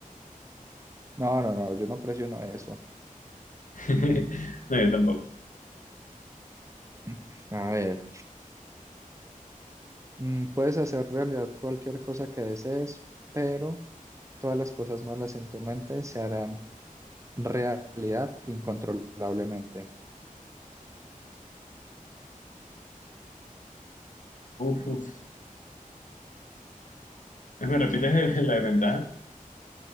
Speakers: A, on the right (about 20°); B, on the left (about 60°).
A: No, no, no, yo no presiono eso.
B: <laughs> No, yo tampoco.
A: <clears throat> A ver. Mm, Puedes hacer realidad cualquier cosa que desees, pero todas las cosas malas en tu mente se harán realidad incontrolablemente.
B: Uf, uf. ¿Me repites el- la desventaja?